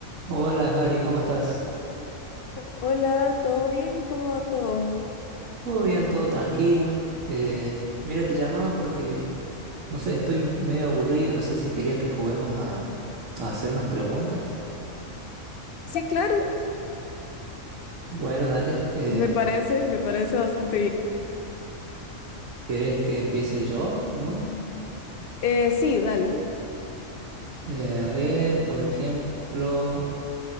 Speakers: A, on the right; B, on the left.
A: Hola, Gary, ¿cómo estás?
B: Hola, ¿todo bien? ¿Cómo va todo?
A: Todo bien, todo tranquilo. Eh, mira, te llamaba porque, no sé, estoy medio aburrido, no sé si querías que juguemos a, a hacernos preguntas.
B: Sí, claro,
A: Bueno, dale, eh,
B: me parece, me parece bastante bien.
A: ¿querés que empiece yo con una?
B: Eh, sí, dale.
A: Eh, a ver, por ejemplo,